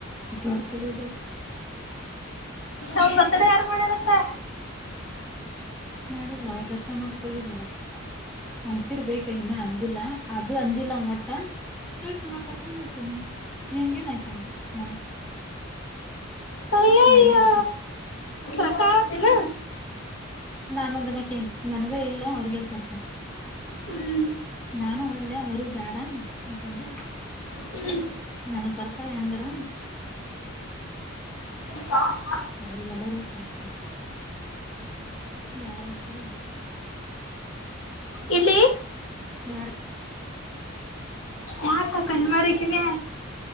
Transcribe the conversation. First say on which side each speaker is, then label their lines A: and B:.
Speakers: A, in the centre; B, on the left.
A: ಬರ್ತ್ಡೇದು. <unintelligible>
B: ಅವ್ನ್ ಬರ್ತಡೆ ಯಾರ್ ಮಾಡೋರಂತೆ.
A: ಮಾಡಿಲ್ಲ ದರ್ಶನದಕ್ಕೆ ಹೋಗಿರಲ್ಲ. ಅಂತಿರ್ಬೇಕ ಇನ್ನ ಅಂದಿಲ್ಲ ಅದು ಅಂದಿಲ್ಲ ಒಟ್ಟ. ಯಾಕ ನಾ ಕರ್ಕೊಂಡ್ ಹೋಗ್ತೀನಿ ನಿನ್ಗೇನಯ್ತುಂದು ನನಗೆ
B: ಅಯ್ಯಯ್ಯೋ
A: ನನಗೆ ವಾಪಸ್.
B: ರೊಕ್ಕ ಆವತ್ತೇನ
A: ನಾನು ಅದನ್ನೆಕ್ಕೆ ನನಗ ಇಲ್ಲ ಅವ್ರಗಲ್ ತರ್ತೇನೆಂತ.
B: ಹ್ಮ್
A: ನಾನು ಒಲ್ಲೆ ಅವರು ಬೇಡ ಅಂತಂದೆ.
B: ಹ್ಮ್
A: ನನಗ್ ಕರ್ಕೊ ಹೆಂಗಾರ.
B: ಹ <unintelligible>
A: ಅವ್ರಿಗೆ ಎಲ್ಲರಿಗೂ ಕೊಡುಸ್ಥನ ಯಾರು ಹೋಕ್ತಾರ.
B: ಇಲ್ಲಿ <unintelligible>
A: ಬೇಡ
B: ಯಾರ ಕಲ್ಮರಿಕಿನೆ.